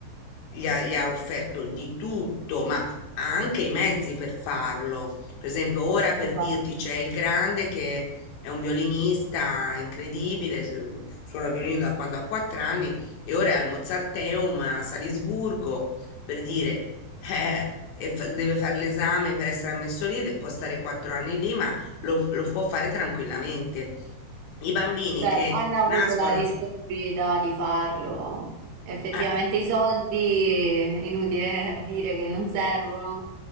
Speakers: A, on the left; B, on the right.
A: gli ha, gli ha offerto di tutto, ma ha anche i mezzi per farlo. Per esempio, ora per
B: esatto.
A: dirti c'è il grande che è un violinista incredibile, s- suona il violino da quando ha quattro anni e ora è al Mozarteum a Salisburgo, per dire, eh, e fa- deve fare l'esame per essere ammesso lì, de- può stare quattro anni lì, ma lo, lo può fare tranquillamente. I bambini
B: Cioè,
A: che
B: hanno avuto
A: nascono...
B: la disponibilità di farlo. Effettivamente
A: eh,
B: i soldi, inutile dire che non servono,